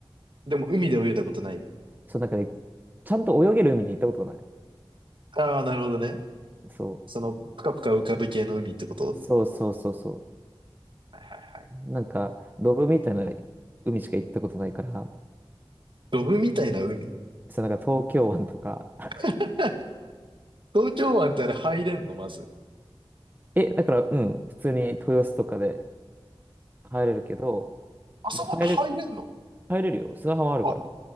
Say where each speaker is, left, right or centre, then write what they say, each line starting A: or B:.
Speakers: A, on the right; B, on the right.
A: でも海で泳いだことない
B: そう、なんかね、ちゃんと泳げる海に行ったことがない。
A: ああー、なるほどね。
B: そ
A: その、ぷかぷか浮かぶ系の海ってこと
B: う。そうそうそうそ
A: はいはいはい。
B: う。なんか、ドブみたいな海しか行ったことないから、
A: ロブみたいな海
B: そう、なんか東京湾とか。<laughs>
A: <laughs> 東京湾ってあれ入れんのまず。
B: え、だから、うん、普通に豊洲とかで入れるけど、
A: あそこって入れんの
B: もう入れ、入れるよ。砂浜あるから。
A: あ、